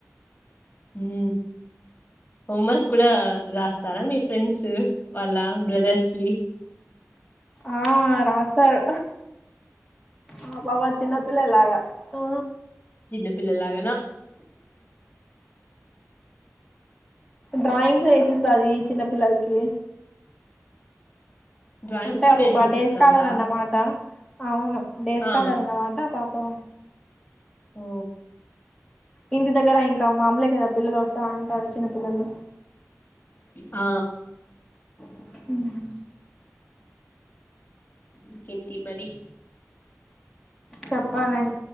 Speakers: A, on the left (about 40°); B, in the centre.
A: ఉ హోంవర్క్ కూడా రాస్తారా మీ ఫ్రెండ్స్ వాళ్ళ బ్రదర్స్వి
B: ఆ రాస్తారు ఆ బాబా చిన్నపిల్లలాగా ఆ
A: చిన్న పిల్లలాగానా
B: డ్రాయింగ్స్ వేసిస్తాది చిన్న పిల్లల్కి
A: డ్రాయింగ్స్
B: అంటే ఆ
A: కూడా
B: పాప
A: వేసిస్తదా
B: డేస్ కాలర్ అన్నమాట. అవును డేస్
A: ఆ
B: కాలర్ అన్నమాట పా ప
A: ఓ
B: ఇంటి దగ్గర ఇంకా మామూలే కదా పిల్లల్ వస్తా ఉంటారు చిన్న పిల్లలు
A: ఆ
B: అవునా
A: ఇంకేంటి మరి
B: చెప్పాలం